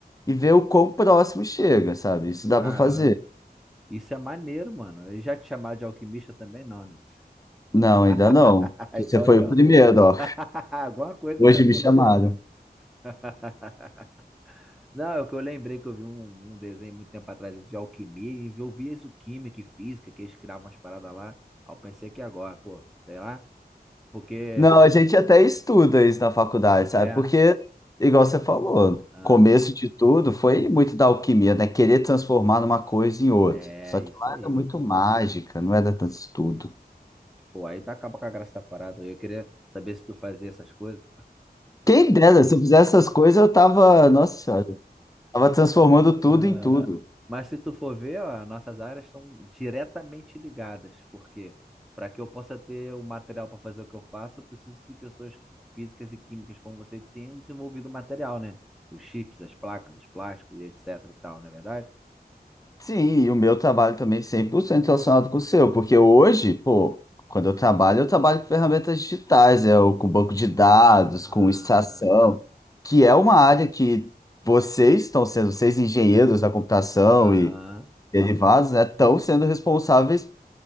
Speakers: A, on the left; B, in the centre.
A: e vê o quão próximo chega, sabe? Isso dá
B: caramba.
A: para fazer.
B: Isso é maneiro, mano. E já te chamaram de alquimista também, não, né?
A: Não,
B: <laughs>
A: ainda não.
B: Então
A: Você foi
B: aí,
A: o
B: ó.
A: primeiro, ó.
B: <laughs> Alguma coisa
A: Hoje
B: já pelo
A: me chamaram.
B: menos. <laughs> Não, é o que eu lembrei que eu vi um, um desenho muito tempo atrás de alquimia e eu vi isso química e física, que eles criavam umas paradas lá. Aí eu pensei que agora, pô, sei lá, porque
A: Não,
B: se-
A: a gente até estuda isso na faculdade,
B: é,
A: sabe? Porque, igual você falou, o
B: ah,
A: começo de tudo foi muito da alquimia, né? Querer transformar uma coisa em outra.
B: é
A: Só
B: isso
A: que lá
B: aí.
A: era muito mágica, não era tanto estudo.
B: Pô, aí tá acaba com a graça da parada. Eu queria saber se tu fazia essas coisas.
A: Quem dera, se eu fizesse essas coisas, eu tava, nossa senhora, tava transformando tudo
B: Ah,
A: em tudo.
B: mas se tu for ver, ó, nossas áreas estão diretamente ligadas, porque para que eu possa ter o material para fazer o que eu faço, eu preciso que pessoas qui- físicas e químicas como você tenham desenvolvido o material, né? Os chips, as placas, os plásticos, e etc e tal, não é verdade?
A: Sim, e o meu trabalho também 100% relacionado com o seu, porque hoje, pô, quando eu trabalho, eu trabalho com ferramentas digitais, é, o- com banco de dados,
B: Ah,
A: com extração, que é uma área que vocês estão sendo, vocês engenheiros da computação
B: aham.
A: e derivados, né, estão sendo responsáveis